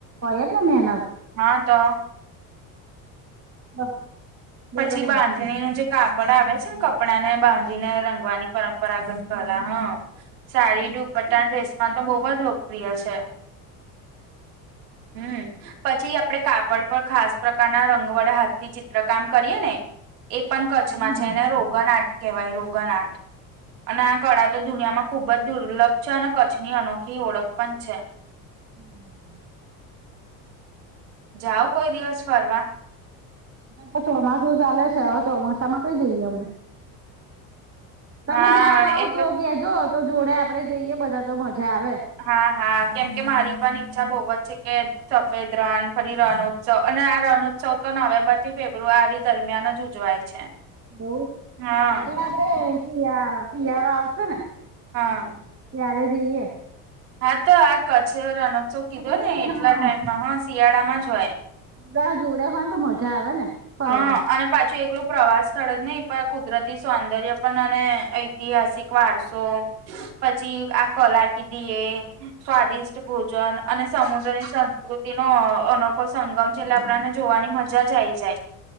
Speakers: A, on the right; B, on the right.
A: એટલે મહેનત
B: હા તો
A: <unintelligible>
B: પછી
A: બીજું
B: બાંધણીનું જે કાપડ આવે છે ને કપડાં ને બાંધણી ને રંગવાની પરંપરાગત કલા હ સાડી દુપટા ડ્રેસ મા તો બહું જ લોકપ્રિય છે. હમ. પછી આપડે કાપડ ખાસ પ્રકારના રંગ વડે હાથથી ચિત્રકામ કરીએ ને એ પણ કચ્છમાં
A: હમ
B: છે એને રોગન આટ કહેવાય રોગન આટ. અને આ કળા તો દુનિયામાં ખુબ જ દુર્લભ છે. અને કચ્છની અનોખી ઓળખ પણ છે.
A: <inaudible>
B: જાવ કોઈ દિવસ ફરવા.
A: તો ચોમાસું ચાલે છે. અવે ચોમાસામાં કઈ જઈએ અમે. તમે
B: હા
A: જાવ બાઉ
B: એ
A: તો કેજો તો જોડે આપડે જઈએ બધા તો મજા આવે.
B: હા હા કેમ કે મારી પણ ઈચ્છા બહુ જ છે કે સફેદ રણ ફરી રણોત્સવ અને આ રણ ઉત્સવતો નવેમ્બર થી ફેબ્રુઆરી દરમિયાન જ જોવાય છે.
A: એવું
B: હા
A: પણ આપડે શિયા શિયાળો આવશે ને?
B: હા
A: ત્યારે જઈએ.
B: હા તો આ કચ્છ રણોત્સવ કીધો
A: તો બધી
B: ને એટલા
A: હા
B: ટાઈમમાં હ શિયાળામાં જ હોય.
A: બધા જોડે હો ને તો મજા આવે ને ફરવાની.
B: હા અને પાછી એક પેલું પ્રવાસ સ્થળ જ નઈ પણ કુદરતી સૌંદર્ય પણ અને ઐતિહાસિક વારસો પછી આ કલા કીધી એ સ્વાદિષ્ટ ભોજન અને સમુદ્રની સંસ્કૃતિનો અનોખો સંગમ છે એટલે આપણાને જોવાની મજા જ આવી જાય.